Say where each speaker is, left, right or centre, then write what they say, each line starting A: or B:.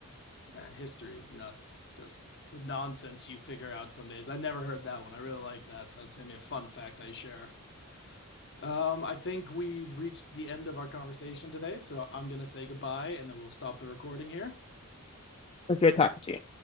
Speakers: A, on the left; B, on the left.
A: Man, history is nuts. Just the nonsense you figure out some days. I never heard that one. I really like that. That's gonna be a fun fact I share. Um, I think we've reached the end of our conversation today, so I'm gonna say goodbye and then we'll stop the recording here.
B: It was good talking to you.